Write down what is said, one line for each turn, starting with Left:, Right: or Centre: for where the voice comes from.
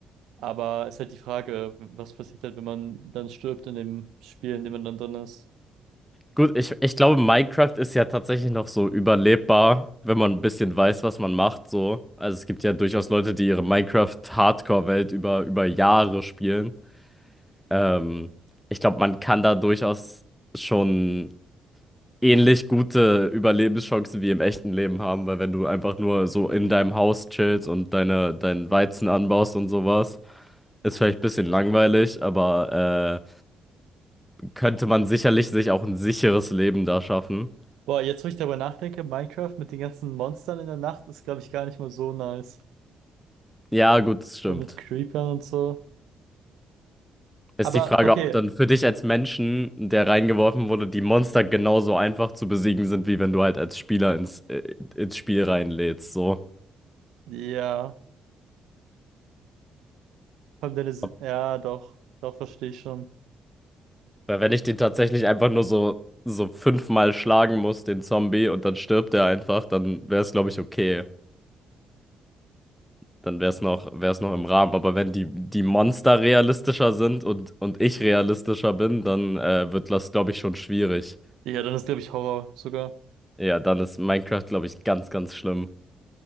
Right: Aber ist halt die Frage, was passiert halt, wenn man dann stirbt in dem Spiel, in dem man dann drin ist.
Centre: Gut, ich, ich glaube, Minecraft ist ja tatsächlich noch so überlebbar, wenn man ein bisschen weiß, was man macht, so. Also es gibt ja durchaus Leute, die ihre Minecraft-Hardcore-Welt über, über Jahre spielen. Ähm, ich glaube, man kann da durchaus schon ähnlich gute Überlebenschancen wie im echten Leben haben, weil wenn du einfach nur so in deinem Haus chillst und deine, deinen Weizen anbaust und sowas, ist vielleicht ein bisschen langweilig, aber äh, könnte man sicherlich sich auch ein sicheres Leben da schaffen.
Right: Boah, jetzt wo ich darüber nachdenke, Minecraft mit den ganzen Monstern in der Nacht ist, glaube ich, gar nicht mal so nice.
Centre: Ja, gut, das stimmt.
Right: Vor allem mit Creepern und so.
Centre: Ist
Right: Aber
Centre: die Frage,
Right: okay,
Centre: ob dann für dich als Menschen, der reingeworfen wurde, die Monster genauso einfach zu besiegen sind, wie wenn du halt als Spieler ins, äh, ins Spiel reinlädst. So.
Right: ja, vor allem deine, Si-
Centre: Ob,
Right: ja, doch, doch, verstehe ich schon.
Centre: weil wenn ich den tatsächlich einfach nur so, so fünfmal schlagen muss, den Zombie, und dann stirbt er einfach, dann wäre es, glaube ich, okay. Dann wäre es noch, wäre es noch im Rahmen. Aber wenn die, die Monster realistischer sind und, und ich realistischer bin, dann äh, wird das, glaube ich, schon schwierig.
Right: Ja, dann ist, glaube ich, Horror sogar.
Centre: Ja, dann ist Minecraft, glaube ich, ganz, ganz schlimm.